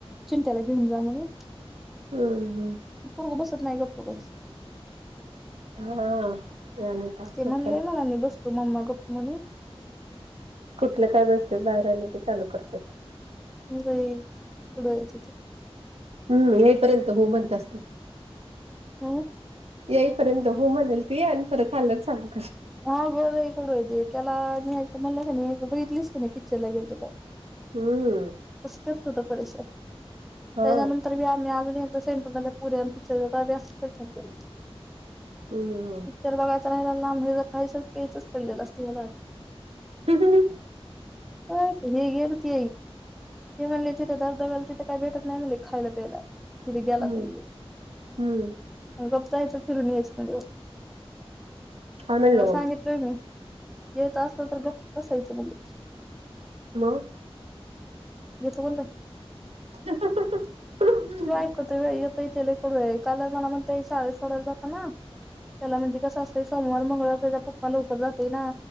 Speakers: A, in the centre; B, on the right (about 80°).
A: चिंंट्याला घेऊन जा म्हणून,
B: हम्म हम्म
A: ते पोरगं बसत नाही गप्प बाई.
B: हा. आणि ताप
A: ते
B: डोक्याला
A: म्हणलंय मला मी बसतो मम्मा गप्प म्हणे.
B: कुठले काय बसत्यात बाहेर आलं की चालू करत्यात.
A: लई कडू होत ते.
B: हम्म. हे पर्यंत हो म्हणत असत्यात.
A: अं.
B: येई- पर्यंत हो म्हणेल ती आणि परत आल्यावर चालू करेल.
A: हा गं बई कडू होते, त्याला न्ह्यायच म्हणलं क-नि बघितलीस कि नि पिक्चरला गेलतो तवा.
B: हम्म
A: कसं करतो तो परेश, त्याच्यानंतर
B: हा
A: बी आम्ही अजून कसं हे ना तुम्हाला पोरी अन् पिक्चर अभ्यास काय करीती.
B: हम्म हम्म हं.
A: <unintelligible> लहान मुलं खायचच, पेयचंच पडलेलं असतं याला.
B: टिबुली
A: हे <unintelligible> घेल कि, हे म्हणले तिथे धबधब्याला तिथे काही भेटत नाही म्हणले खायला, प्यायला. तिथं गेला
B: हम्म
A: तरी यो,
B: हम्म
A: गप्प जायचं फिरून यायच म्हणल.
B: काय म्हणलं
A: हो सांगितलय
B: मग
A: मी, येत असलं तर गप्प बसायचं म्हणलं.
B: हॅलो.
A: येतो म्हणले.
B: <unintelligible> हम्म
A: त्यो ऐकतो व्हय, येतय ते लय कडू हाय, काल मला म्हनतोय शाळेत सोडायला जातांना त्याला म्हणजे कसं असतय सोमवार, मंगळवार त्याचा पप्पा लवकर जातोय ना